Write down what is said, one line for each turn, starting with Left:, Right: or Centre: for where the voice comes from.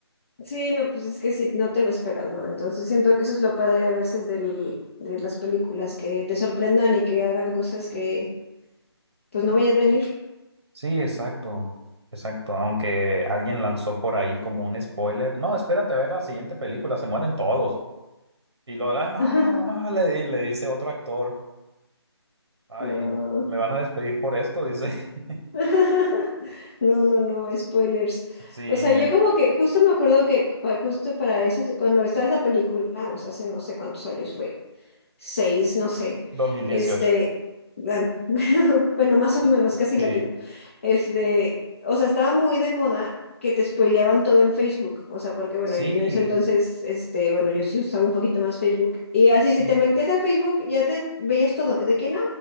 Left: sí, no, pues es que sí, no te lo esperas, ¿no? Entonces siento que eso es lo padre a veces del, de las películas, que te sorprendan y que hagan cosas que pues no vayas a venir.
Right: Sí, exacto, exacto. Aunque alguien lanzó por ahí como un spoiler. No, espérate a ver la siguiente película, se mueren todos. Y lo, "Ah, no,
Left: <laughs>
Right: no", le, di- le dice otro actor. Ay,
Left: No.
Right: me van a despedir por esto, dice. <laughs>
Left: <laughs> No, no, no, spoilers.
Right: Sí,
Left: O sea, yo como que justo me acuerdo que pa- justo para eso, cuando estaba esa película, o sea, hace no sé cuántos años fue. seis, no sé,
Right: 2018,
Left: este, gan- <laughs> bueno, más o menos, casi
Right: Sí.
Left: latino, este, o sea, estaba muy de moda que te spoileaban todo en Facebook, o sea, porque bueno,
Right: Sí,
Left: en ese entonces, este, bueno, yo sí usaba un poquito más Facebook, y así,
Right: Sí,
Left: si te metías a Facebook, ya te veías todo, de que no,